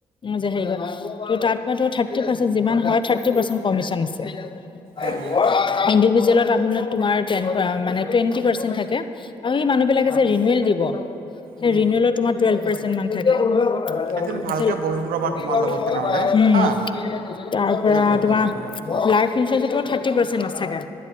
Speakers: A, on the left (about 30°); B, on the right (about 70°).
A: যে হৰি ত তাৰ পৰা ঠাৰটি পাৰ্চেন্ত <unintelligible>
B: অ',
A: ইণ্ডুভিজেলত <unintelligible> <unintelligible>
B: উম,
A: ৰিনোৱেল তোমাৰ টেলভ পাৰ্চেন মান থাকে <unintelligible>
B: এদিন ভালকে বহিম ৰ'বা তোমাৰ লগত তেনেহ'লে হা
A: তাৰ পৰা
B: এদিন ভালকে
A: তোমাৰ
B: বহিব লাগিব
A: লাইফ ইুৰেঞ্চমাৰ থাৰ্ নাছাগে